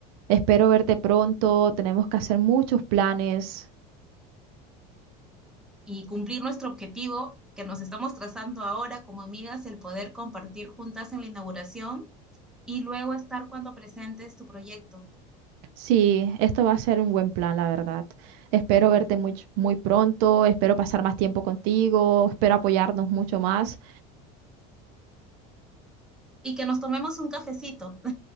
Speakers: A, on the right; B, in the centre.
A: Espero verte pronto. Tenemos que hacer muchos planes.
B: y cumplir nuestro objetivo que nos estamos trazando ahora como amigas, el poder compartir juntas en la inauguración y luego estar cuando presentes tu proyecto
A: Sí, esto va a ser un buen plan, la verdad. Espero verte muy, ch- muy pronto, espero pasar más tiempo contigo, espero apoyarnos mucho más.
B: y que nos tomemos un cafecito.